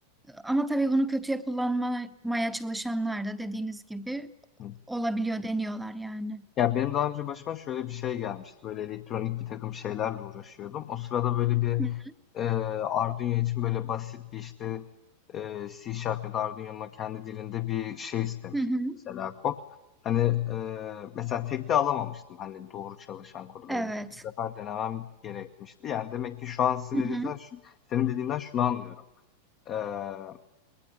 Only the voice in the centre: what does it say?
Ama tabii bunu kötüye kullanmaya çalışanlar da dediğiniz gibi
olabiliyor deniyorlar yani.
Hı
hı. Hı hı.
Evet.
Hı
hı.